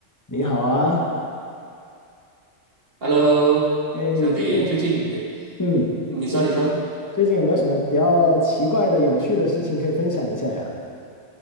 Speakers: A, on the left; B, on the right.
A: 你好啊，
B: Hello，
A: 哎，
B: 兄弟，
A: 最近，
B: 最近也
A: 嗯，
B: 你说你说，
A: 有最近有没有什么比较奇怪的、有趣的事情可以分享一下呀？